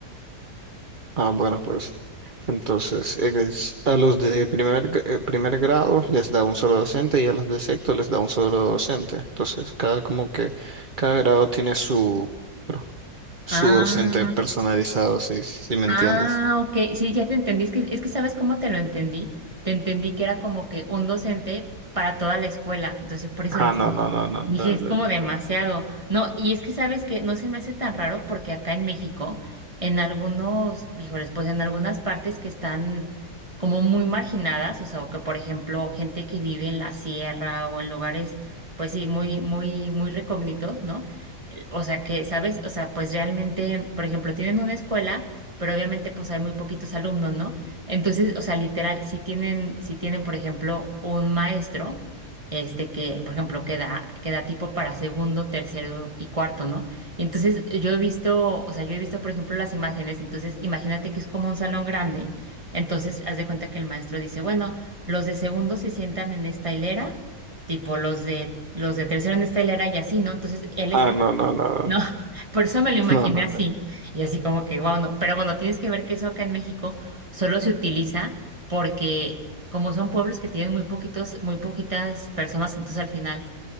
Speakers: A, on the right; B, on the right.
A: Ah, bueno, pues entonces es- a los de primer, gr- eh, primer grado les da un solo docente y a los de sexto les da un solo docente. Entonces cada como que cada grado tiene su pro- su
B: Ah.
A: docente personalizado, si, si me
B: Ah,
A: entiendes.
B: ok. Sí, ya te entendí. Es que, es que ¿sabes cómo te lo entendí? Te entendí que era como que un docente para toda la escuela. Entonces, por eso
A: Ah,
B: dije,
A: no, no, no, no, no,
B: dije, es
A: no,
B: como
A: no.
B: demasiado. No, y es que sabes que no se me hace tan raro porque acá en México, en algunos, híjoles, pues en algunas partes que están como muy marginadas, o sea, o que por ejemplo, gente que vive en la sierra o en lugares, pues sí, muy, muy, muy recógnitos, ¿no? O sea, que, ¿sabes? O sea, pues realmente, por ejemplo, tienen una escuela pero obviamente pues hay muy poquitos alumnos, ¿no? Entonces, o sea, literal, si tienen, si tienen, por ejemplo, un maestro, este que, por ejemplo, queda, queda tipo para segundo, tercero y cuarto, ¿no? Y entonces yo he visto, o sea, yo he visto, por ejemplo, las imágenes, entonces imagínate que es como un salón grande, entonces haz de cuenta que el maestro dice, bueno, los de segundo se sientan en esta hilera, tipo los de, los de tercero en esta hilera y así, ¿no? Entonces él está
A: Ah, no, no, no,
B: no, <laughs> por eso me lo imaginé
A: no, no,
B: así.
A: no. no.
B: Y así como que, wow, no. Pero bueno, tienes que ver que eso acá en México solo se utiliza porque como son pueblos que tienen muy poquitos, muy poquitas personas, entonces al final